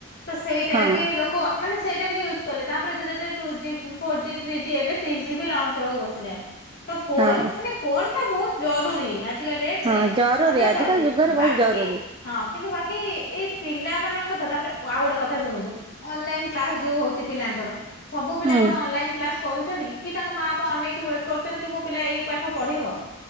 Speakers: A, on the left; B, on the right.
A: ତ ସେଇଟା
B: ହଁ
A: ବି ଲୋକ ମାନେ ସେଇଟା ବି ୟୁଜ୍ କଲେ। ତାପରେ ଧୀରେ ଧୀରେ two G four G three G ଏବେ ସିକସ ଜି ଲଞ୍ଚ ହବାକୁ ବସିଲାଣି। ତ ଫୋନ
B: ହଁ
A: ମାନେ ଫୋନ ଟା ବହୁତ ଜରୁରୀ। ଆଜ ଜିକା ଡେଟରେ
B: ହଁ
A: ଫୋନ ଟା
B: ଆଜିକାଲି
A: ଜରୁରୀ
B: ଯୁଗରେ
A: ବାକି
B: ବହୁତ ଜରୁରୀ
A: ହଁ କିନ୍ତୁ ବାକି ଏଇ ପିଲାମାନଙ୍କ କଥା ତାପରେ ଆଉ ଗୋଟେ କଥା ଶୁଣନ୍ତୁ। ଅନଲାଇନ କ୍ଲାସ ଯୋଉ ହଉଚି ପିଲାଙ୍କର ସବୁ ପିଲା
B: ହୁଁ
A: କଣ ଅନଲାଇନ୍ କ୍ଲାସ କରୁଚନ୍ତି କି? କି ତାଙ୍କ ମା ବାପା ଅନେଇକି ୱେଟ୍ କରୁଚନ୍ତି କି ମୋ ପିଲା ଏଇ ପାଠ ପଢିବ।